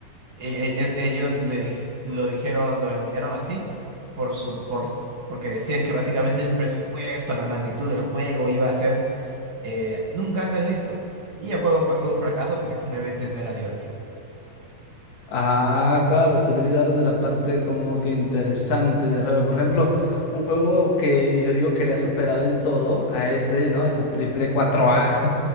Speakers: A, on the right; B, on the left.
A: e- e- e- Ellos le dij- lo dijeron, lo denominaron así por su, por, porque decían que básicamente el presupuesto, la magnitud del juego iba a ser eh, nunca antes visto. Y el juego pues fue un fracaso porque simplemente no era divertido.
B: Ah, claro, se olvidaron de la parte como que interesante del juego. Por ejemplo, un juego que yo digo que le ha superado en todo a ese, ¿no? Ese triple 4A.